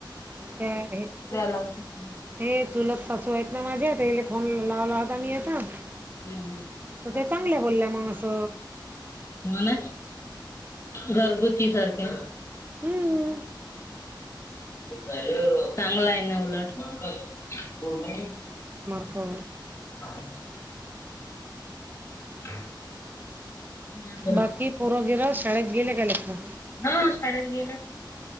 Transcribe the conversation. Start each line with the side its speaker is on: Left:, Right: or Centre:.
Right: त्या हे
Left: लागत होते.
Right: हे चुलत सासू आहेत ना माझ्या <unintelligible> तेले फोन लावला होता मी आता <unintelligible>
Left: हम्म हम्म
Right: तर
Left: <unintelligible>
Right: ते चांगल्या बोलल्या मग अस <unintelligible>
Left: म ना घरगुची सारखे <unintelligible>
Right: हम्म
Left: चांगला आहे ना उलट <unintelligible> मग काय खोलून टाकील
Right: हो
Left: <unintelligible> <unintelligible> बोला
Right: बाकी पोरोगिर शाळेत गेले काय लेखन
Left: हा शाळेत गेला.